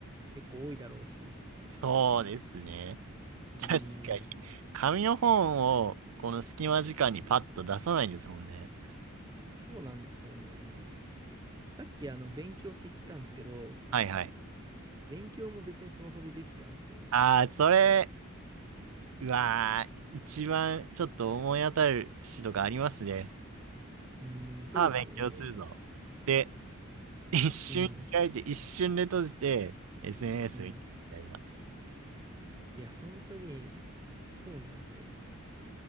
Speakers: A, on the right; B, on the right.
A: う結構多いだろうし。
B: そうですね。
A: うー
B: 確かに。
A: ん、
B: 紙の本を、この隙間時間にパッと出さないんですもんね。
A: そうなんですよね。さっきあの勉強って言ったんですけど、
B: はいはい。
A: 勉強も別にスマホでできちゃうんで、
B: ああ、それ、うわー、一番ちょっと思い当たる詩とかありますね。
A: うーん、そうですよね。
B: さあ、勉強するぞ。で、一瞬開いて、
A: うん、
B: 一瞬で閉じて、SNS
A: うん。
B: 見てみたいな。
A: いや、本当に、そうなんですよ。